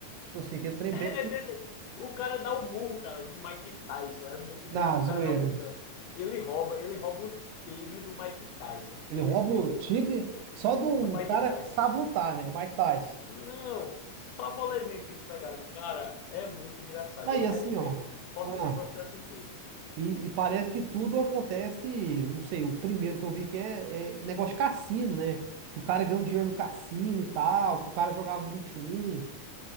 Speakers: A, on the right; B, on the left.
A: Tipo assim, aquele trem
B: <laughs>
A: bem
B: É desse- O cara dá o burro, cara, no Mike Tyson. É muito engraçado.
A: na
B: O
A: zoeira.
B: cara dá o burro, não. Ele rouba, ele rouba o tigre do Mike Tyson.
A: Ele
B: Eles
A: rouba
B: bêbados.
A: o tigre só de um
B: Do Mike
A: cara
B: Tyson.
A: que sabe lutar, né? O Mike Tyson.
B: Não, só bolezinha que eles pegaram. Cara, é muito engraçado.
A: Aí
B: Eu recomendo
A: assim, ó.
B: fortemente
A: Ah.
B: pra você assistir.
A: E, e parece que tudo acontece, não sei, o primeiro que eu vi que é, é negócio de cassino, né? Que o cara ganha um dinheiro no cassino e tal, que o cara jogava 21.